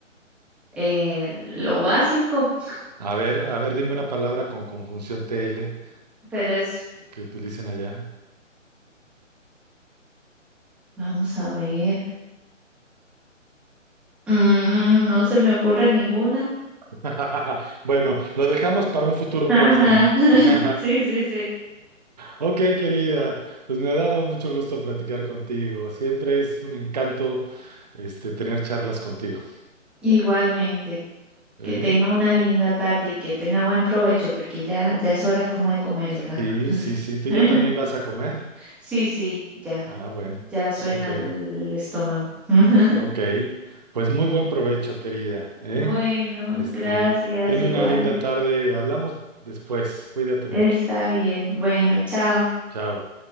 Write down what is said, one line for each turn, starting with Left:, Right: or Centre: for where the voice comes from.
Centre: Eh, lo básico,
Right: A ver, a ver, dime una palabra con conjunción TL
Centre: pero es,
Right: que utilicen allá.
Centre: vamos a ver. Mm, no se me ocurre ninguna.
Right: <laughs> Bueno, lo dejamos para un futuro
Centre: Ajá.
Right: próximo.
Centre: <laughs>
Right: <laughs>
Centre: Sí, sí, sí.
Right: Ok, querida, pues me ha dado mucho gusto platicar contigo. Siempre es un encanto, este, tener charlas contigo.
Centre: Igualmente.
Right: ¿eh?
Centre: Que tenga una linda tarde y que tenga buen provecho, porque ya, ya es hora como de comer, ¿verdad?
Right: Sí, sí, sí. ¿Tú
Centre: <laughs>
Right: ya también vas a comer?
Centre: Sí, sí, ya.
Right: Ah, bueno,
Centre: Ya suena
Right: ok,
Centre: el estómago. <laughs>
Right: ok. Pues muy buen provecho, querida, ¿eh?
Centre: Bueno,
Right: Este,
Centre: gracias,
Right: ten
Centre: igual.
Right: una linda tarde. Hablamos después. Cuídate mucho.
Centre: Está bien. Bueno, chao.
Right: Chao.